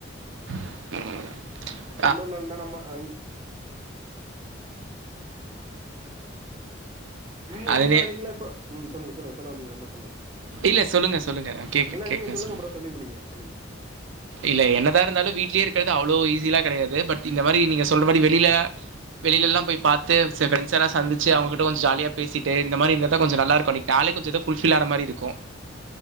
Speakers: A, on the right (about 75°); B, on the right (about 25°).
A: உம்
B: உள்ளூர்ல இருந்தா நம்ம அ நீங்க
A: அதுனே
B: தீபாவளிலா இப்ப ம் சொல்லுங்க சொல்லுங்க எதோ சொல்லா வந்தீங்க சொல்லுங்க
A: இல்ல சொல்லுங்க சொல்லுங்க கேக்றேன்
B: இல்ல
A: கேக்குறேன்
B: நீங்க சொல்லுங்க
A: சொல்லு
B: ப்ரோ சொல்லி முடிங்க சொல்லி முடிங்க
A: இல்ல என்னதா இருந்தாலும் வீட்லயே இருக்கறது அவ்ளோ ஈஸிலா கெடையாது பட் இந்த மாதிரி நீங்க சொல்ற மாதிரி வெளியில வெளிலல்லாம் போய் பாத்து ஃப்ரண்ட்ஸ்ல்லாம் சந்திச்ச அவங்கிட்ட கொஞ்ச ஜாலியா பேசிட்டு இந்த மாதிரி இருந்தாதா கொஞ்சம் நல்லாருக்கும் நாளே கொஞ்சம்தான் ஃபுல்ஃபில் ஆன மாதிரி இருக்கும்